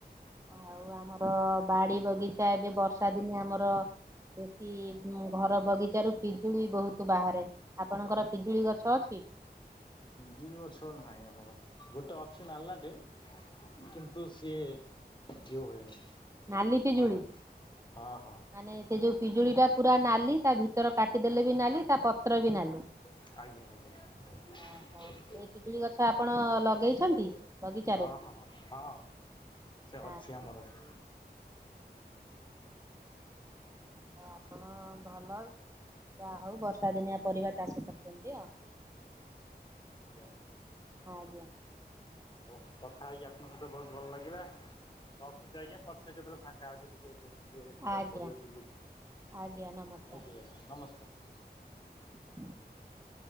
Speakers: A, on the right; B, on the left.
A: ଆଉ ଆମର ବାଡି ବଗିଚା ଏବେ ବର୍ଷା ଦିନେ ଆମର ବେଶୀ ଘର ବଗିଚାରୁ ପିଜୁଳି ବହୁତ ବାହାରେ। ଆପଣଙ୍କର ପିଜୁଳି ଗଛ ଅଛି?
B: ଜୁଳି ଗଛ ନାହିଁ ଆମର। ଗୋଟେ ଅଛି ନାଲାଟେ କିନ୍ତ ନ୍ତୁ ସେ ଇଏ ହୁଏନି।
A: ନାଲି ପିଜୁଳି
B: ଫଳ
A: ମାନେ
B: ହଁ ହଁ
A: ସେ ଯୋଉ ପିଜୁଳି ଟା ପୁରା ନାଲି ତା ଭିତରେ କାଟିଦେଲେ ବି ନାଲି ତା ପତ୍ର ବି ନାଲି।
B: ଆଜ୍ଞା ଆଜ୍ଞା
A: ଓହୋ
B: ହଁ
A: ଏଇ ପିଜୁଳି ଗଛ
B: ହଁ
A: ଆପଣ ଲଗେଇଛନ୍ତି
B: ହଁ
A: ବଗିଚାରେ?
B: ସେ ଅଛି ଆମର
A: ହଁ ଆଉ ଆପଣ ଭଲ ଯାହା ହଉ ବର୍ଷା ଦିନିଆ ପରିବା ଚାଷ କରୁଛନ୍ତି ଆଉ।
B: ଆଜ୍ଞା
A: ଆଜ୍ଞା
B: ହୋଉ କଥା ହେଇକି ଆପଣଙ୍କ ସହିତ ବୋହୁତ ଭଲ ଲାଗିଲା ରଖୁଛି ଆଜ୍ଞା ପଛରେ କେତବେଳେ ଫାଙ୍କା ହେବି ଟିକେ ଏବେ ଟିକେ ଯିବାକୁ
A: ଆଜ୍ଞା
B: ପଡ଼ିବ ବିଲକୁ।
A: ଆଜ୍ଞା ନମସ୍କାର।
B: ରହିଲି ଏବେ ନମସ୍କାର।
A: <unintelligible>